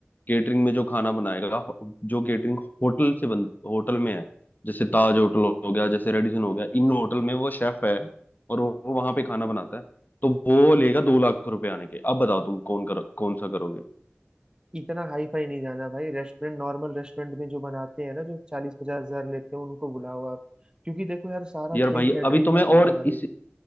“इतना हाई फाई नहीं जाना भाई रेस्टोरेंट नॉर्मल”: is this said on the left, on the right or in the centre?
Right